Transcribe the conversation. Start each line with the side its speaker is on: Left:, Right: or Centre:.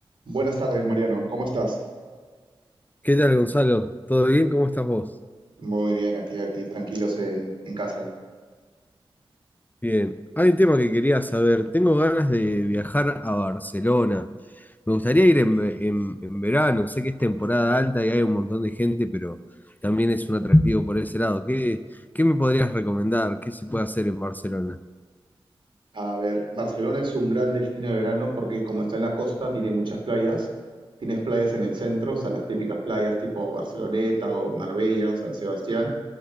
Right: Buenas tardes, Mariano. ¿Cómo estás?
Left: ¿Qué tal, Gonzalo? ¿Todo bien? ¿Cómo estás vos?
Right: Muy bien, aquí, aquí, tranquilos en, en casa.
Left: Bien. Hay un tema que quería saber. Tengo ganas de viajar a Barcelona. Me gustaría ir en, ve- en- en verano. Sé que es temporada alta y hay un montón de gente, pero también es un atractivo por ese lado. ¿Qué, qué me podrías recomendar? ¿Qué se puede hacer en Barcelona?
Right: A ver, Barcelona es un gran destino de verano porque como está en la costa, tiene muchas playas. Tienes playas en el centro, o sea, las típicas playas tipo Barceloneta o Marbella o San Sebastián.